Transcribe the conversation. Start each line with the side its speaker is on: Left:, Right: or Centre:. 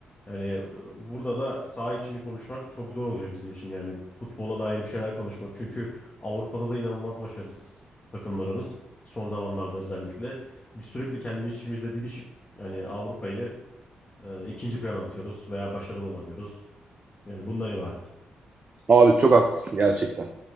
Left: Yani e, burada da saha içini konuşmak çok zor oluyor bizim için. Yani futbola dair bir şeyler konuşmak. Çünkü Avrupa'da da inanılmaz başarısız takımlarımız. Son zamanlarda özellikle. Biz sürekli kendi içimizde didişip yani Avrupa'yı e, ikinci plana atıyoruz veya başarılı olamıyoruz. Yani bundan ibaret.
Right: Abi çok haklısın gerçekten.